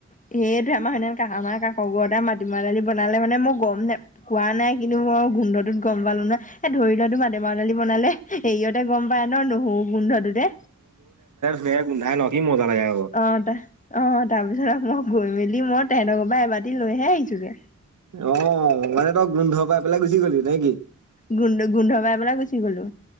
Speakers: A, on the left; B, on the right.
A: সেইটো আমাৰ শুন কষ আমাৰ কাষ খৰুআইটাই মাটিমাহ দালি বনালে মানে মই গম নাই কোৱা নাই কিন্তু মই গোন্ধটোত গম পালো ন। এ ধৰি লতো <unintelligible> মাহ দালি বনালে হেৰিয়তে গম পায় ন, নহৰু গোন্ধটোতে
B: সেই গোন্ধাই কি মজা। লাগে আকৌ।
A: অ ত অ তাৰপিছত মই গৈমি মই তেহেঁতৰ পৰা এবাৰি লৈহে আহিছোগে
B: অ মানে তই গোন্ধ পাই পেলাই গুচি গলি নে কি
A: গু গুন্ধ বাই বল গুচি গ'লো